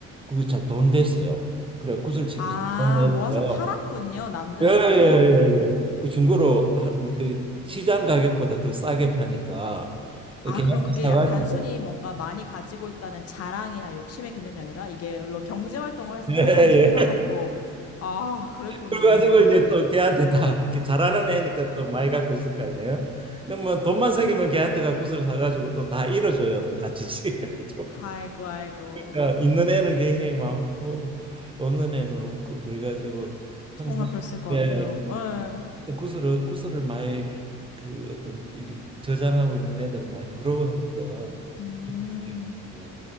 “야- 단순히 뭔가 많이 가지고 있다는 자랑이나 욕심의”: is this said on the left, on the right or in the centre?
Left